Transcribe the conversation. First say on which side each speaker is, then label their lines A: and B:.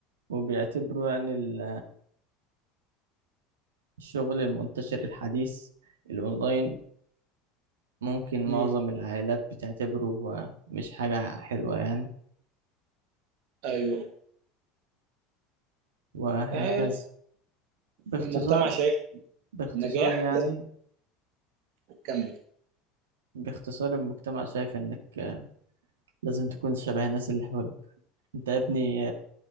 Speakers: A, on the right (about 75°); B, on the right (about 55°).
A: وبيعتبروا يعني ال- الشغل المنتشر الحديث الأونلاين ممكن
B: مم،
A: معظم العائلات بتعتبره آه، مش حاجة حلوة يعني
B: ايوه
A: وهكذا
B: آه،
A: باختصار
B: المجتمع شايف
A: باختصار
B: النجاح
A: يعني
B: لازم تكمل
A: باختصار المجتمع شايف إنك آه، لازم تكون شبه الناس اللي حواليك أنت يا ابني